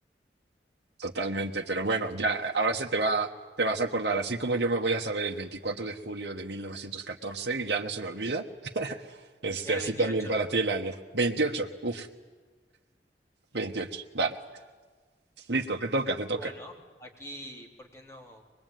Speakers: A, on the right; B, on the left.
A: totalmente. Pero bueno, ya, ahora se te va, te vas a acordar. Así como yo me voy a saber el 24 de julio de 1914 y ya no se me olvida. Este,
B: Es el
A: así
B: Sí, 28
A: también para
B: de julio.
A: ti el año. veintiocho, uf, veintiocho, Dale. Listo, te toca, te toca.
B: Bueno, aquí, ¿por qué no,